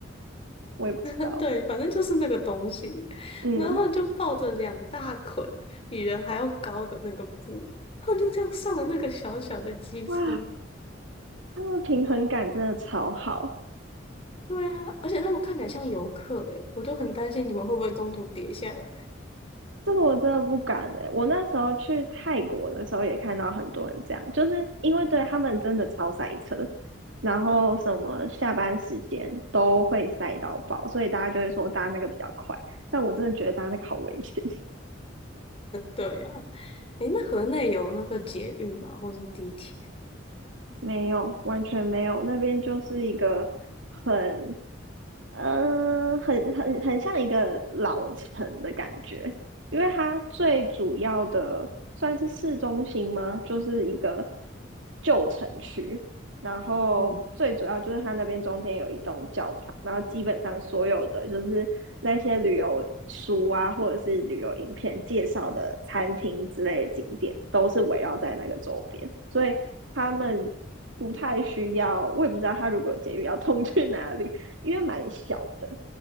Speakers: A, on the right; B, on the left.
A: 我也不知道。
B: <laughs> 对，反正就是那个东西，
A: 嗯，
B: 然后他们就抱着两大捆比人还要高的那个布，他们就这样上了那个小小的机车。
A: 哇，他们平衡感真的超好。
B: 对啊，而且他们看起来像游客诶，我都很担心你们会不会中途跌下来。
A: 这个我真的不敢哎、我那时候去泰国的时候也看到很多人这样，就是因为对他们真的超塞车，然后什么下班时间都会塞到爆，所以大家就会说搭那个比较快。但我真的觉得搭那个好危险，
B: 对啊。诶，那河内有那个捷运吗？或是地铁？
A: <laughs> 没有，完全没有，那边就是一个很嗯，很很很像一个老城的感觉，因为它最主要的算是市中心吗？就是一个旧城区，然后最主要就是它那边中间有一栋教堂，
B: 嗯，
A: 然后基本上所有的就是那些旅游书啊，或者是旅游影片介绍的餐厅之类的景点，都是围绕在那个周边，所以他们不太需要，我也不知道他如果有捷运要通去哪里。因为蛮小的。